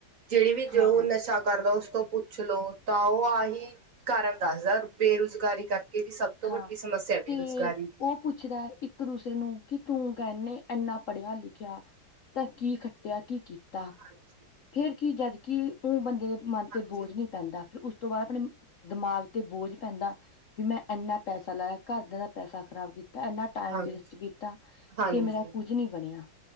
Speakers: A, on the right; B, on the left.
A: ਜਿਹੜੀ ਵੀ ਜੋ,
B: ਹਾਂ
A: ਉਹ ਨਸ਼ਾ ਕਰਦਾ ਤੋਂ, ਪੁੱਛਲੋ ਤਾਂ, ਉਹ ਆਹੀ ਕਾਰਨ ਦੱਸਦਾ ਬੇਰੁਜ਼ਗਾਰੀ ਕਰਕੇ ਜੀ ਸਭ ਤੋਂ
B: ਹਾਂ,
A: ਵੱਡੀ ਸਮੱਸਿਆ ਬੇਰੁਜ਼ਗਾਰੀ
B: ਤੇ,
A: ਦੀ।
B: ਉਹ ਪੁੱਛਦਾ ਇੱਕ-ਦੂਸਰੇ ਨੂੰ, ਕਿ ਤੂੰ, ਕਹਿੰਨੇ ਇੰਨਾ ਪੜ੍ਹਿਆ-ਲਿਖਿਆ ਤਾ ਕੀ ਖੱਟਿਆ ਕੀ ਕੀਤਾ ਕੀਤਾ
A: ਹਾਂਜੀ,
B: ਫੇਰ ਕੀ, ਜਦਕਿ ਉਹ ਬੰਦੇ ਦੇ ਮਨ
A: ਹਾਂਜੀ,
B: ਤੇ, ਬੋਝ
A: ਹਾਂਜੀ।
B: ਨਹੀਂ ਪੈਂਦਾ ਫਿਰ ਉਸ ਤੋ, ਬਾਅਦ ਆਪਣੇ ਦਿਮਾਗ ਤੇ, ਬੋਝ ਪੈਂਦਾ ਵੀ, ਮੈਂ ਇੰਨਾ ਪੈਸਾ ਲਾਇਆ, ਘਰ ਦਿਆ ਦਾ ਪੈਸਾ ਖ਼ਰਾਬ ਕੀ ਤਾਂ ਇੰਨਾ ਟਾਈਮ
A: ਹਾਂਜੀ, ਹਾਂਜੀ।
B: ਵੇਸਟ ਕੀਤਾ,
A: ਹਾਂਜੀ।
B: ਤੇ ਮੇਰਾ ਕੁੱਝ ਨਹੀਂ ਬਣਿਆ,